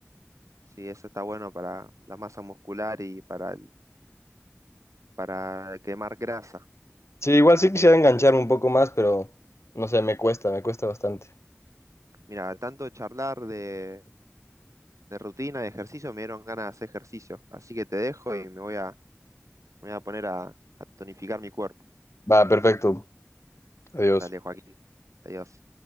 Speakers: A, on the right; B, on the left.
A: sí, eso está bueno para la masa muscular y para, el- para quemar grasa.
B: Sí, igual sí quisiera enganchar un poco más, pero no sé, me cuesta, me cuesta bastante.
A: Mira, tanto charlar de, de rutina, de ejercicio, me dieron ganas de hacer ejercicio. Así que te dejo y me voy a, me voy a poner a, a tonificar mi cuerpo.
B: Va, perfecto. Adiós.
A: Dale, Joaquín. Adiós.